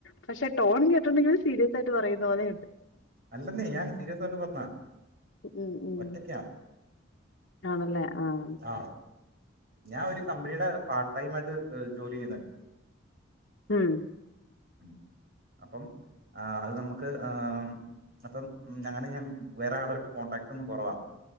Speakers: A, on the left (about 65°); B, on the right (about 50°).
A: പക്ഷെ ടോൺ കേട്ടുണ്ടെങ്കിൽ സീരിയസ് ആയിട്ട് പറയുന്ന പോലെയുണ്ട്
B: അല്ലെന്നീ ഞാൻ സീരിയസ ആയിട്ട് പറഞ്ഞാ
A: ഉം ഉം
B: ഒറ്റക്കാ
A: ആണല്ലേ ആഹ
B: ആ ഞാൻ ഒരു കമ്പനിയുടെ പാർട്ട് ടൈം ആയിട്ട് ഏർ ജോലി ചെയ്യുന്നുണ്ട്
A: ഉം
B: ഉം അപ്പം അത് നമുക്ക് നമുക്ക് അപ്പം അങ്ങനെ ഞൻ വേറെ ആരാളായിട്ട് കോൺടാക്ട് ഒന്ന് കുറവാ